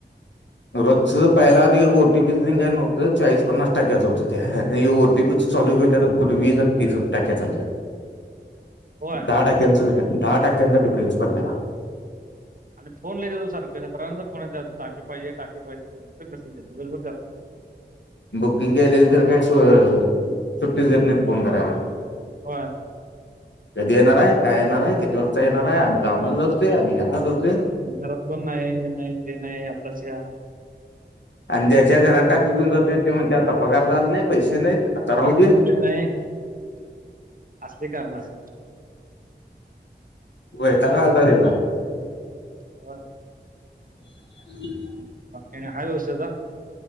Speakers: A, on the left; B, on the right.
A: रोजच पहिला गं ओ टी पी काय नव्हतं, चाळीस पन्नास टक्याच होत, त्या ये ओ टी पी चं चालू केल्यावर, कुठे वीस आणि तीसच टाक्या चाल्या,
B: होय
A: दहा टाक्क्याचं, दहा टाक्क्यान साठी प्रिन्स पडलेला.
B: आणि फोन लई <unintelligible> सारख्या सतारां जणाचा फोन टाकी पाहिजे, टाकी पाहिजे दिवसभर त्यातच
A: बुकिंग केलेली तर काय स-सुट्टीच देत नाहीत, फोन करायला.
B: होय.
A: कधी येणाराय? काय येणाराय? किती वाजता येणाराय? आम्ही कामाला जातोय, आम्ही ह्याला जात
B: घरात कोण नाही, हे नाही, ते नाही, आत्ताच्या.
A: आणि ज्याच्या घरात टाकी घेऊन जातोय, त्यो म्हणतो आता पगार झाला नही, पैसे नाहीत. आता राह
B: टाकी
A: दे.
B: मुद्दे नाही असले कारण असत्यात.
A: वैताग आलता त्याचा
B: होय?
A: <inaudible>
B: बाकी काय नई हाय व्यवस्थीत आता?